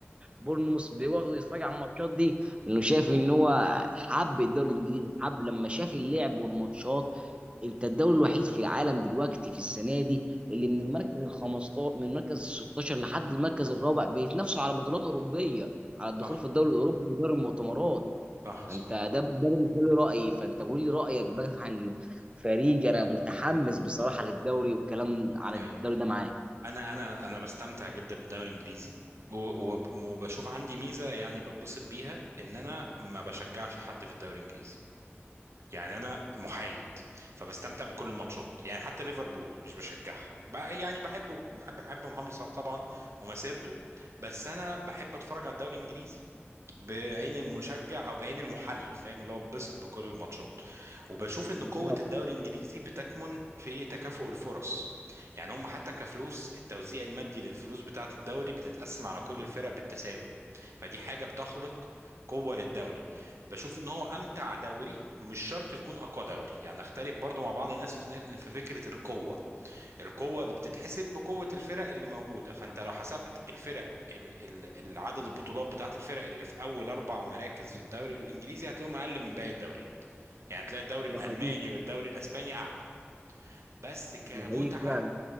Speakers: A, on the right; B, on the right.
A: وبورنموث بيقعدوا يتفرج على الماتشات دي لانه شايف ان هو حب
B: صح
A: الدوري الانجليزي حب لما شاف اللعب والماتشات انت الدوري الوحيد في العالم دلوقتي في السنه دي اللي من المركز ال 15 من المركز ال 16 لحد المركز الرابع بيتنافسوا على بطولات اوروبيه على الدخول
B: صح
A: في الدوري الاوروبي ودوري المؤتمرات
B: صح,
A: فانت
B: صح.
A: ده ده بالنسبه لي رايي فانت قول لي رايك بقى عن فريق انا متحمس بصراحه للدوري والكلام عن
B: ايوه
A: الدوري ده معاك
B: انا انا انا بستمتع جدا بالدوري الانجليزي و- وب- وبشوف عندي ميزه يعني بتبسط بيها ان انا ما بشجعش حد في الدوري الانجليزي يعني انا محايد فبستمتع بكل الماتشات يعني حتى ليفربول مش بشجعها بقى يعني بحب بحب بحب محمد صلاح طبعا ومسيرته بس انا بحب اتفرج على الدوري الانجليزي بعين المشجع او بعين المحلل فاهم اللي هو بتبسط بكل الماتشات وبشوف ان
A: بالظبط
B: قوة الدوري الانجليزي بتكمن في تكافؤ الفرص يعني هم حتى كفلوس التوزيع المادي للفلوس بتاعة الدوري بتتقسم على كل الفرق بالتساوي فدي حاجة بتخلق قوة للدوري بشوف ان هو امتع دوري مش شرط يكون اقوى دوري يعني اختلف برضو مع بعض الناس في في فكرة القوة القوة دي بتتحسب بقوة الفرق اللي موجودة فانت لو حسبت الفرق ال- ال- العدد البطولات بتاعت الفرق اللي في اول اربع مراكز في الدوري الانجليزي هتلاقيهم اقل من باقي الدوريات يعني تلاقي الدوري الالماني
A: ده حقيقي
B: والدوري الاسباني اعلى بس كمتعة
A: ده حقيقي فعلا